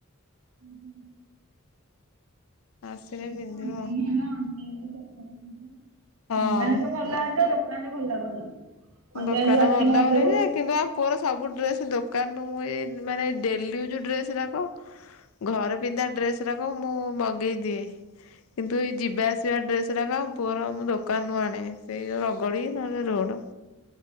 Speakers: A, on the right; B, on the left.
A: ହୁଁ ହୁଁ।
B: ଆସିଲେ
A: ଏଇ ଯୋଉ
B: ପିନ୍ଧିବ
A: ଅନଲାଇନ୍ ହେଲା। <unintelligible>
B: ହଁ
A: ତାହାଲେ ଭଲ୍ ଲାଗୁନି। ଅନଲାଇନ
B: ଦୋକାନ
A: ବାଛିକି
B: ଭଲ ଲାଗୁନି
A: ମଗେଇବୁ
B: ଯେ କିନ୍ତୁ ଆମ ପୁଅର ସବୁ ଡ୍ରେସ୍ ଦୋକାନରୁୁ ମୁଁ ଏଇ ମାନେ ଡେଲି ୟୁଜ୍ ଡ୍ରେସ୍ ରାକ ଘର ପିନ୍ଧା ଡ୍ରେସ୍ ରାକ ମୁଁ ମଗେଇଦିଏ। କିନ୍ତୁ ଏଇ ଯିବା ଆସିବା ଡ୍ରେସ୍ ରାକ ପୁଅର ମୁଁ ଦୋକାନରୁ ଆଣେ। ସେଇ ଯୋଉ ରଗଡ଼ି ନହେଲେ ରୋଡ଼।